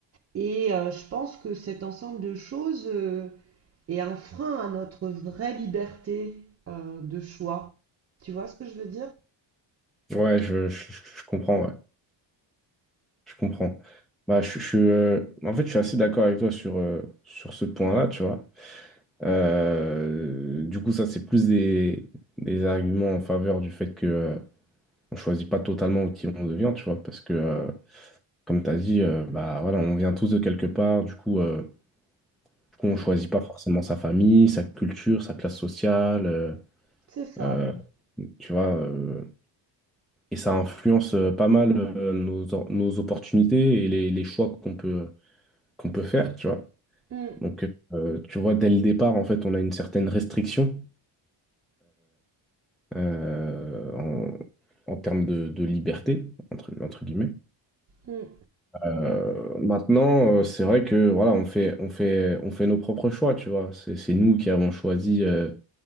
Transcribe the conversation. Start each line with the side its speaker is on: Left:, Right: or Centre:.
Right: Et euh, je pense que cet ensemble de choses euh, est un frein à notre vraie liberté euh, de choix. Tu vois ce que je veux dire?
Centre: Ouais, je, je, je- je comprends, ouais. Je comprends. Bah, je, je suis, euh, en fait, je suis assez d'accord avec toi sur, euh, sur ce point-là, tu vois. Euh, du coup, ça, c'est plus des, des arguments en faveur du fait que euh, on choisit pas totalement qui on devient, tu vois, parce que, euh, comme tu as dit, euh, bah, voilà, on vient tous de quelque part, du coup, euh, du coup,
Right: Hmm,
Centre: on choisit pas forcément sa famille, sa culture, sa classe sociale, euh,
Right: c'est ça.
Centre: euh, tu vois, euh, et ça influence euh, pas mal euh, nos, or- nos opportunités et les, les choix qu'on peut, qu'on peut faire, tu vois.
Right: Mm,
Centre: Donc, euh, tu vois, dès le départ, en fait, on a une certaine restriction euh, en, en termes de, de liberté, entre, entre guillemets.
Right: mm.
Centre: Euh, maintenant, euh, c'est vrai que voilà, on fait, on fait, on fait nos propres choix, tu vois. C'est, c'est nous qui avons choisi euh,